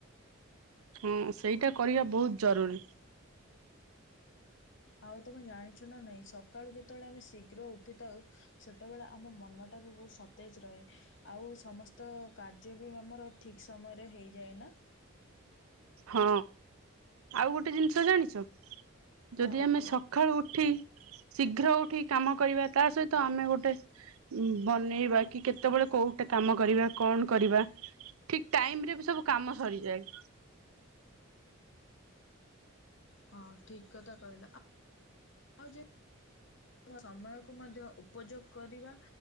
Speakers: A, on the right; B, on the left.
A: ହୁଁ ସେଇଟା କରିବା ବହୁତ ଜରୁରୀ।
B: ଆଉ ତୁମେ ଜାଣିଛ ନା ନାହିଁ ସକାଳୁ ଯେତେବେଳେ ଆମେ ଶୀଘ୍ର ଉଠିଥାଉ ସେତେବେଳେ ଆମ ମନଟା ବି ବହୁତ ସତେଜ ରହେ। ଆଉ ସମସ୍ତ କାର୍ଯ୍ୟ ବି ଆମର ଠିକ୍ ସମୟରେ ହେଇଯାଏନା।
A: ହଁ ଆଉ ଗୋଟେ ଜିନିଷ ଜାଣିଛ
B: ହଁ
A: ଯଦି ଆମେ
B: କୁହ।
A: ସକ୍ ସକାଳୁ ଉଠି ଶୀଘ୍ର ଉଠି କାମ କରିବା ତା ସହିତ ଆମେ ଗୋଟେ ଉଁ ବନେଇବା କି କେତେବେଳେ କୋଉଟେ କାମ କରିବା କଣ କରିବା? ଠିକ ଟାଇମ ରେ ବି ସବୁ କାମ ସରିଯାଏ।
B: ହଁ ଠିକ କଥା କହିଲା ଆପ୍ ସମୟକୁ ମଧ୍ୟ ଉପଯୋଗ କରିବା